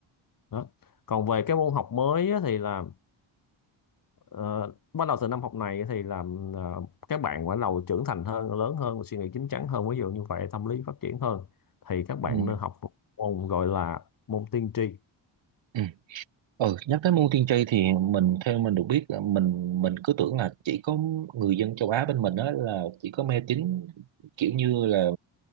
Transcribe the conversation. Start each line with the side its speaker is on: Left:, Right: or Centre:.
Left: đó còn về cái môn học mới á, thì là ờ, bắt đầu từ năm học này thì là ờ, các bạn bắt đầu trưởng thành hơn lớn hơn suy nghĩ chín chắn hơn ví dụ như vậy tâm lý phát triển hơn thì các bạn
Right: Ừ.
Left: nên học một môn gọi là môn tiên tri
Right: ừ. Ừ, nhắc tới môn tiên tri thì mình theo mình được biết là mình mình cứ tưởng là chỉ có người dân châu Á bên mình đó là chỉ có mê tín kiểu như là